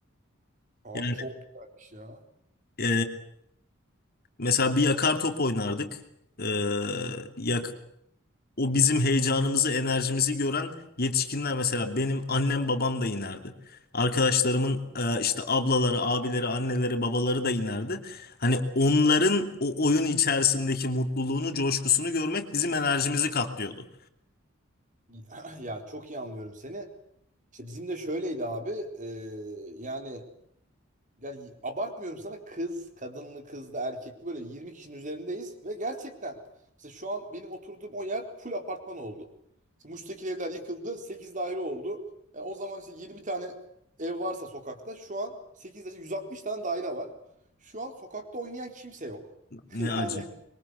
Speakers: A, on the right; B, on the left.
A: Abi
B: Yani
A: çok güzelmiş ya.
B: e, mesela bir yakar top oynardık. E, yak, O bizim heyecanımızı, enerjimizi gören yetişkinler mesela benim annem babam da inerdi. Arkadaşlarımın e, işte ablaları, abileri, anneleri, babaları da inerdi. Hani onların o oyun içerisindeki mutluluğunu, coşkusunu görmek bizim enerjimizi katlıyordu.
A: <laughs> Ya ya çok iyi anlıyorum seni. İşte bizim de şöyleydi abi. e, yani yani abartmıyorum sana kız, kadınlı, kızlı, erkekli böyle 20 kişinin üzerindeyiz ve gerçekten mesela şu an benim oturduğum o yer full apartman oldu. İşte Muş'taki evler yıkıldı, 8 daire oldu. Yani o zaman işte 20 tane ev varsa sokakta şu an 8 daire 160 tane daire var. Şu an sokakta oynayan kimse yok. <laughs>
B: Ne
A: Yani
B: acı.